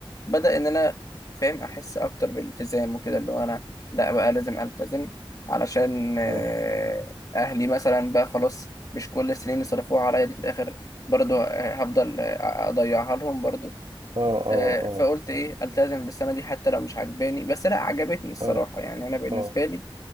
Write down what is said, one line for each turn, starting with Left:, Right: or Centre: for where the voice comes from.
Left: بدأ ان انا فاهم احس اكتر بالالتزام وكده اللي هو انا لا بقى لازم التزم علشان آه،
Right: اه
Left: اهلي مثلا بقى خلاص مش كل السنين اللي صرفوها عليا دي في الاخر برضو آه، هفضل آه، اضيعها لهم برضو
Right: اه اه
Left: آه، فقلت ايه التزم بالسنه دي حتى لو مش عجباني بس لا عجبتني الصراحه
Right: اه
Left: يعني انا بالنسبه
Right: اه
Left: لي